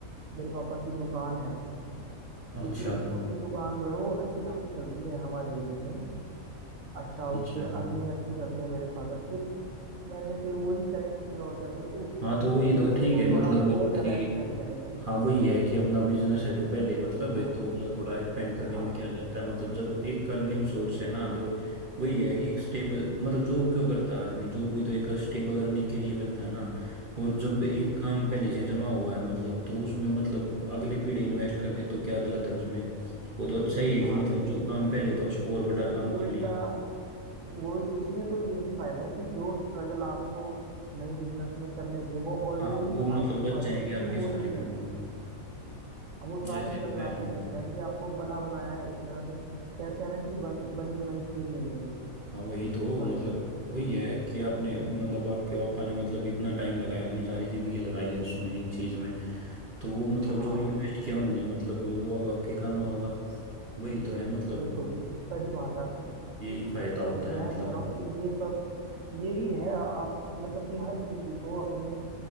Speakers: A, on the right; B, on the right.
A: मेरे पापा की दुकान है क्योंकि
B: अच्छा
A: उनकी दुकान जो है वो अच्छी खासी चलती है हमारे एरिया में अच्छा
B: अच्छा
A: उस पे अर्निंग अच्छी करते हैं मेरे फादर फिर मैंने फिर वही करेंगे फिर और क्या फिर उस
B: हाँ तो वही तो
A: बिजनेस
B: ठीक
A: को
B: है मतलब
A: थोड़ा और ज़्यादा
B: कि
A: एक्सपेंड करेंगे हम
B: हाँ वही है कि अपना बिजनेस है तो पहले मतलब है
A: हाँ
B: तो अपना थोड़ा एक्सपेंड करने
A: हाँ
B: में क्या जाता है मतलब जब एक अर्निंग सोर्स है ना
A: हाँ
B: तो वही है कि स्टेबल मतलब जॉब क्यों करता है आदमी जॉब भी तो एक स्टेबल अर्निंग के लिए करता है ना और जब एक
A: जी जी
B: काम
A: जी
B: पहले
A: हाँ जी
B: से जमा हुआ है मतलब तो उसमें मतलब अगली पीढ़ी इन्वेस्ट कर दे तो क्या गलत है उसमें वो तो अच्छा ही है कि
A: हाँ
B: मतलब
A: नहीं नहीं
B: जो काम पहले था उसको और बड़ा
A: नहीं
B: काम कर
A: उल्टा
B: लिया
A: वो उसमें तो यही फायदा है कि जो स्ट्रगल आपको नए बिजनेस में करने थे वो ऑलरेडी
B: हाँ वो मतलब
A: आपके
B: बच
A: फादर
B: जाएंगे
A: के थ्रू
B: आपके सारे
A: हो चुके
B: बिल्कुल
A: हैं अब वो सारे
B: जैसे
A: स्ट्रगल
B: मैं
A: आपके
B: हूँ
A: बच जाएंगे आपको बना बनाया एक तरह से कहते हैं ना कि बन, बनी बनाई खीर मिल जाएगी
B: हाँ वही तो
A: खाने
B: मतलब
A: को
B: वही है कि आपने मतलब आपके पापा ने मतलब इतना टाइम लगाया अपनी सारी जिंदगी लगाई है उसमें एक चीज में तो वो मतलब
A: हाँ
B: जो इन्वेस्ट किया उन्होंने मतलब वो अब आपके काम आओगा वही तो है मतलब
A: बिल्कुल बिल्कुल सही बात है आपकी
B: यही फायदा होता है
A: मैं
B: मतलब
A: कह रहा हूँ कि ये सब यही है आ- आप मतलब कि हर किसी को अपने